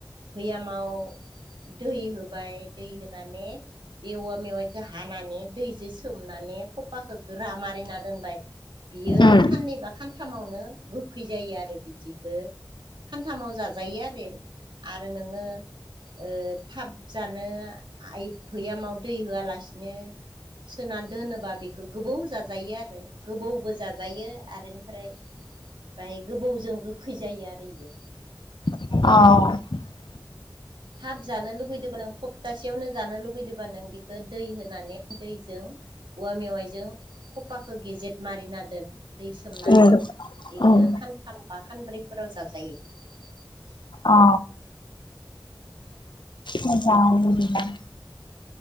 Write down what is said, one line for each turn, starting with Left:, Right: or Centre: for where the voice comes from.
Right: बैयामाव दै होबाय दै होनानै बे औवा मेवाइ खो हानानै दैजो सोमनानै खफाखो गोरा मारिना दोनबाय। बियो
Left: उम
Right: खाननै बा खानथामावनो गोखै जायो आरो बिदिखो खानथामाव जाजायो आरो आरो नोङो ओ थाब जानो आइ भैयामाव दै होआलासे नो सोना दोनोबा बेखौ गोबौ जाजायो आरो गोबौबो जाजायो आरो इनिफ्राय बाय गोबौजों गोखै जायो आरो इयो
Left: औ
Right: थाब जानो लुुबैदोबा नों खप्तासेयावनो जानो लुगैदोबा नों बिखै दै होनानै दैजों औवा मेवाइजों खपाखो गेजेद मारिना दोन दै सोमनानै
Left: उम
Right: बेखो
Left: उम
Right: खानथाम बा खानब्रैफोराव जाग- जायो
Left: औ मोजां बिदिब्ला